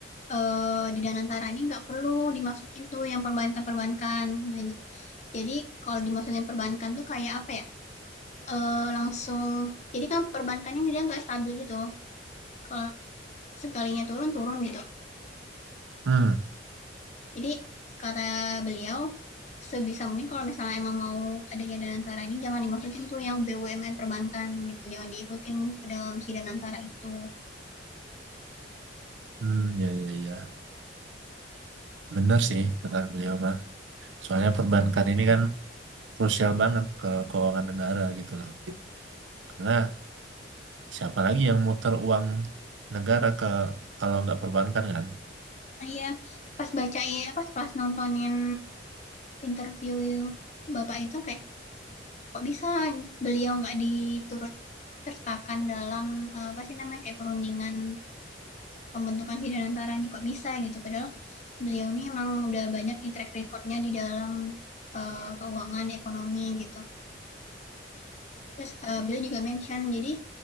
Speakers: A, on the left; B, on the right.
A: Eee, di Danantara ini nggak perlu dimasukin tuh yang perbankan-perbankan. Nah, ja jadi kalau dimasukin perbankan tuh kayak apa ya, eee, langsung jadi kan perbankan ini dia nggak stabil gitu, kalau sekalinya turun, turun gitu.
B: Hmm,
A: Jadi kata beliau, sebisa mungkin kalau misalnya emang mau adanya Danantara ini jangan dimasukin tuh yang BUMN perbankan gitu, jangan diikutin ke dalam si Danantara itu.
B: hmm, iya, iya, iya. Bener sih kata beliau mah. Soalnya perbankan ini kan krusial banget ke keuangan negara gitu lah. Karena siapa lagi yang muter uang negara ke kalau nggak perbankan kan?
A: Nah ya pas bacain pas pas nontonin interview Bapak itu kayak Kok bisa beliau nggak diturut sertakan dalam, eee, apa sih namanya, kayak perundingan pembentukan Sidanantara nih, kok bisa gitu? Padahal beliau nih emang udah banyak nih track record-nya di dalam, eee, keuangan, ekonomi gitu. Terus, eee, beliau juga mention, jadi